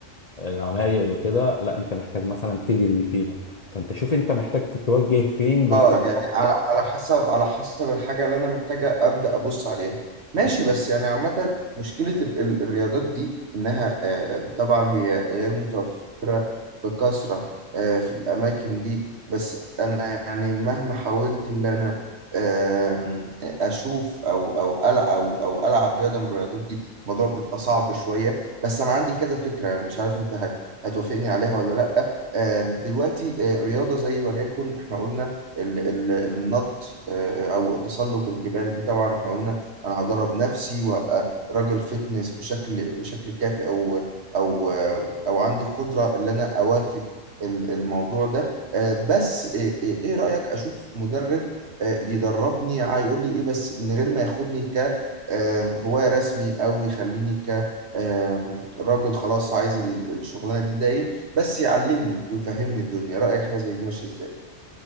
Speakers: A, on the left; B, on the right.
A: العماير وكده لا انت محتاج مثلا تجري فيها فانت شوف انت محتاج تتوجه فين بالظبط
B: اه يعني على على حسب على حسب الحاجة اللي أنا محتاجة أبدأ أبص عليها
A: بالظبط.
B: ماشي بس يعني عامة مشكلة ال- ال- الرياضات دي إنها آه، طبعا هي غير متوفرة بكثرة آه، في الأماكن دي بس أنا يعني مهما حاولت إن أنا آم، أشوف أو أو ألعب أو أو ألعب رياضة من الرياضات دي الموضوع بيبقى صعب شوية بس أنا عندي كذا فكرة أنا مش عارف أنت هت- هتوافقني عليها ولا لأ آم، دلوقتي آه، رياضة زي وليكن إحنا قلنا ال- ال- النط آه، آه، او تسلق الجبال دي طبعا احنا قلنا انا هدرب نفسي وهبقى راجل فتنس بشكل بشكل كافي او او آه، او عندي قدرة ان انا اواكب ال- الموضوع ده آه، بس آه، آه، ايه رأيك اشوف مدرب آه، يدربني هيقول لي ايه بس من غير ما ياخدني ك آه، هواية رسمي او يخليني ك آه، راجل خلاص عايز ال- الشغلانة دي دايم بس يعلمني ويفهمني الدنيا رأيك حاجة زي دي ماشية ازاي